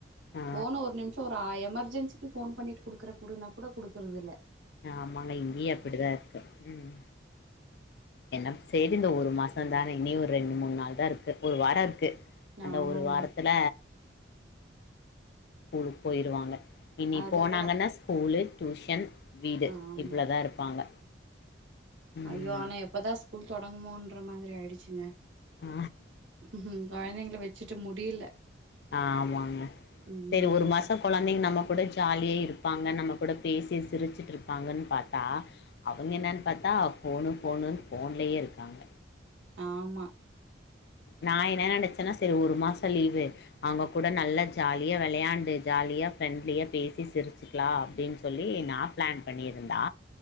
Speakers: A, on the left; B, on the right.
A: ஆ
B: ஃபோன்னு ஒரு நிமிஷ ஒரு ஆ எமர்ஜென்சிக்கு போன் பண்ணிட்டு குடுக்குற குடுனாக்கூட குடுக்றதுதில்ல
A: ஆமாங்க இங்கயு அப்டிதா இருக்கு ம் என்ன ப் செரி இந்த ஒரு மாச தான இனி ஒரு ரெண்டு மூண் நாள்தா இருக்கு ஒரு வார இருக்கு அந்த
B: ஆமாங்க
A: ஒரு வாரத்துல ஸ்கூலுக் போயிருவாங்க இனி
B: அதுதா
A: போனாங்கன்னா ஸ்கூலு டியூஷன் வீடு
B: ஆமா
A: இவ்ளோ தா இருப்பாங்க ம்
B: ஐயோ ஆனா எப்பதா ஸ்கூல் தொடங்குமோன்ற மாதிரி ஆயிடுச்சுங்க
A: ஆ
B: ம் கொழந்தைகள வச்சுட்டு முடியல
A: ஆமாங்க
B: ம்
A: செரி ஒரு மாச குழந்தைங்க நம்ம கூட ஜாலிய இருப்பாங்க நம்ம கூட பேசி சிரிச்சுட்ருப்பாங்கன் பாத் தா அவங்க என்னன் பாத்தா ஃபோனு ஃபோனுன்னு ஃபோன்லயே இருக்காங்க
B: ஆமா
A: நா என்ன நெனச்சன்னா செரி ஒரு மாச லீவு அவங்க கூட நல்லா ஜாலியா வெளையாண்டு ஜாலியா ஃப்ரெண்ட்லியா பேசி சிரிச் லா அப்டின் சொல்லி நா ப்ளான் பண்ணிருந்தா